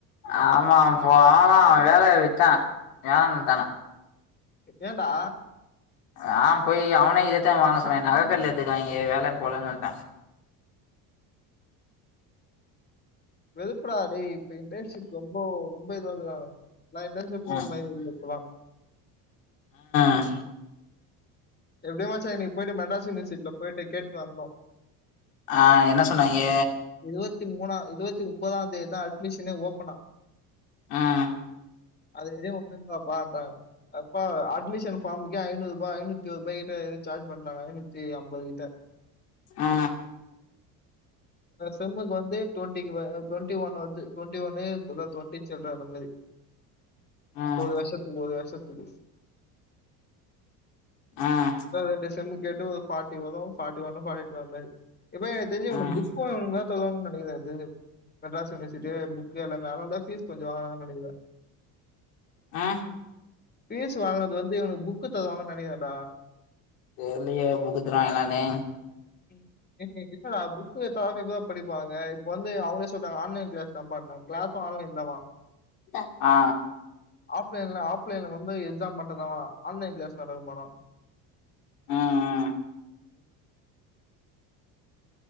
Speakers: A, on the left (about 80°); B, on the left (about 20°).
A: ஆமா போல வேலய விட்டே ஏன் வித்தனா
B: எ ஏன்டா
A: ஆமா போயி அவனயு இதத்தா வாங்க சொன்னா என்ன நகைக்கடைல எடுத்துருக்காய்ங்க வேல போலன்னு சொல்ட்டே
B: வெறுப்புடா டேய் இப்ப இன்டர்ன்ஷிப் ரொம்போ ரொம்ப இதுவா இருக்குறானுக நா இன்டன்ஷிப் போற
A: ம்
B: மாரி இல்ல இப்பல்லா
A: ம்
B: எப்டியோ மச்சா இன்னக்கி போயிட்டு மெட்ராஸ் யூனிவர்சிட்டில போயிட்டு கேட்டு வந்தோ
A: ஆ என்ன சொன்னாய்ங்க
B: இருவத் வத்தி மூனா இருவத்தி ஒன்பதாம் தேதிதா அட்மிஷனே ஓஃப்பனா
A: ம்
B: அது எதும் ஒண்ணு இல்லப்பான்றாங்க அப்பா அட்மிஷன் ஃபார்முக்கே ஐநூரூபா ஐநூத் இதுக்கு போயிகிட்டு எதுக் சார்ஜி பண்றாங்க ஐந்நூத்தி அம்பது கிட்ட
A: ஆ
B: ஆனா சிம்முக்கு வந்து டொண்டிக்கு வ டொண்ட்டி ஒன் வருது டொண்ட்டி ஒன்னு இல்ல டொண்ட்டி சில்ற அந்த மாரி
A: ம்
B: ஒரு வருஷத்துக்கு ஒரு வருஷத் துக்கு
A: ம்
B: வேற டிஸ் சிம்மு கேட்டு ஒரு ஃபாட்டி ஒதவும் ஃபாட்டி ஒன்னோ ஃபாட்டி டூ அந்த மாரி எப்பா எனக்கு தெரிஞ்சி இவனுக்கு
A: ம்
B: புக்கு வாங்கணும் தா தருவாங்கன் நெனைக்குறேன் எனக்கு தெரிஞ்சி மெட்ராஸ் யூனிவர்சிட்டி புக்கு எல்லாமே அதனாலதா ஃபீஸ் கொஞ்ச வாங்கறாங்கன் நெனைக்கிற
A: ஆ
B: ஃபீஸ் வாங்கனது வந்து இவனுக்கு புக்கு தருவாங்க நெனக்கிற டா
A: தெர்லயே புக்கு தருவாங்களானு
B: ம் ஏ இல்லடா புக்கு தராம எப்பறா படிப்பாங்க இப்ப வந்து அவுங்களே சொல்றாங்க ஆன்லைன் கிளாஸ் தாப்பான்னா கிளாஸும் ஆன்லைன் தாவா
A: டா ஆ
B: ஆஃப்லைன்ல ஆஃப்லைன்ல வந்து எக்ஸாம் மட்டும் தாவா ஆன்லைன் கிளாஸ் நடக்குமா ஆனா
A: ம் ம்
B: <inaudible>